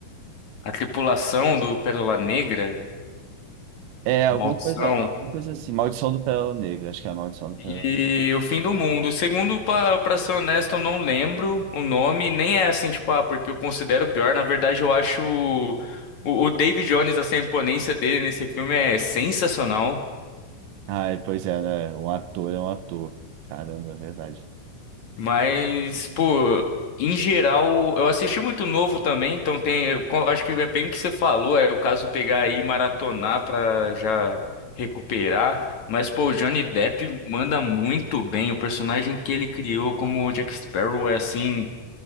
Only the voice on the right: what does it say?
é, alguma
coisa, alguma coisa assim. Maldição do Pérola Negra, acho que é a Maldição do Pérola
Negra.
Ai, pois é, né? Um ator é um ator. Caramba, é verdade.